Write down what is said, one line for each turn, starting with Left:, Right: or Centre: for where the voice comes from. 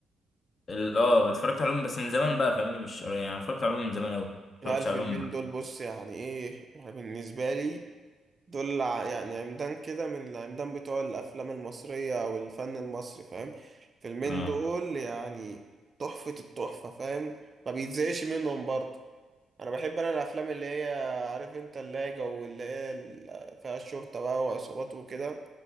Left: ال- اه اتفرجت عليهم بس من زمان بقى فاهمني مش قريب، يعني اتفرجت عليهم من زمان أوي اتفرجتش
Right: العيال في
Left: عليهم
Right: المين دول بص يعني ايه يعني بالنسبة لي دول ع- يعني عمدان كده من العمدان بتوع الأفلام المصرية أو الفن المصري فاهم فيلمين
Left: اه
Right: دول يعني تحفة التحفة فاهم ما بيتزهقش منهم برضه أنا بحب أنا الأفلام اللي هي عارف أنت اللي هي جو اللي هي ال- فيها الشرطة بقى وعصابات وكده